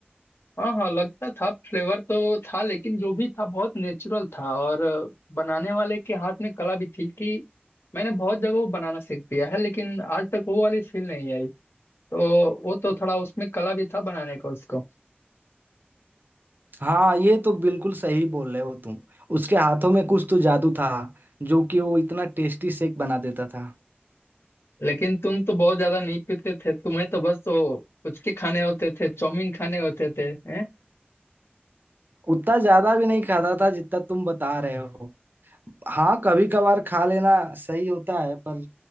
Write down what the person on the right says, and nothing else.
हाँ ये तो बिल्कुल सही बोल रहे हो तुम उसके हाथों में कुछ तो जादू था जो कि वो इतना टेस्टी शेक बना देता था
उतना ज्यादा भी नहीं खाता था जितना तुम बता रहे हो हाँ कभी कभार खा लेना सही होता है पर